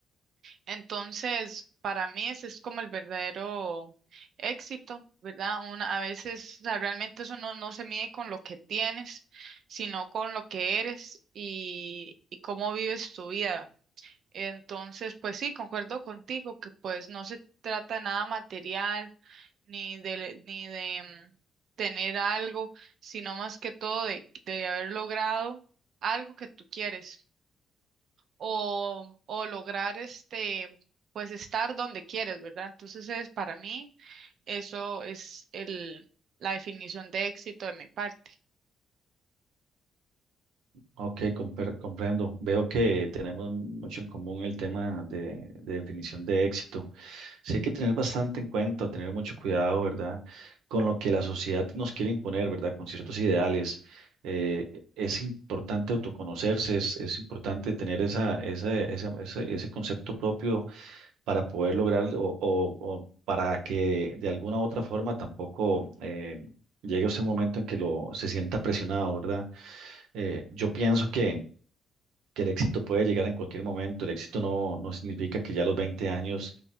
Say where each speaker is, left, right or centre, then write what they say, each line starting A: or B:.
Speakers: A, on the right; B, on the right.
A: Entonces, para mí ese es como el verdadero éxito, ¿verdad? Una, a veces, o sea, realmente eso no, no se mide con lo que tienes, sino con lo que eres y, y cómo vives tu vida. Entonces, pues sí, concuerdo contigo que pues no se trata de nada material ni de, ni de mm, tener algo, sino más que todo de, de haber logrado algo que tú quieres o, o lograr este, pues estar donde quieres, ¿verdad? Entonces es para mí, eso es el, la definición de éxito de mi parte.
B: Ok, compre- comprendo. Veo que tenemos mucho en común el tema de, de definición de éxito. Sí hay que tener bastante en cuenta, tener mucho cuidado, ¿verdad? Con lo que la sociedad nos quiere imponer, ¿verdad? Con ciertos ideales. Eh, es importante autoconocerse, es, es importante tener esa, esa, esa- ese, ese concepto propio para poder lograr o, o- o para que de alguna u otra forma tampoco eh, llegue usted un momento en que lo, se sienta presionado, ¿verdad? Eh, yo pienso que que el éxito puede llegar en cualquier momento. El éxito no, no significa que ya a los 20 años